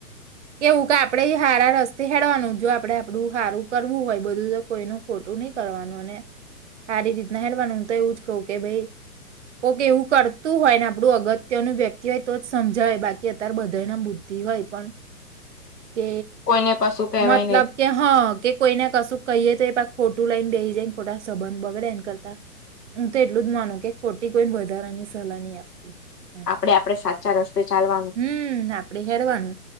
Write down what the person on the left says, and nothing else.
કોઈને કશું કેહેવાય
નહી
આપડે આપડે સાચા રસ્તે ચાલવાનું.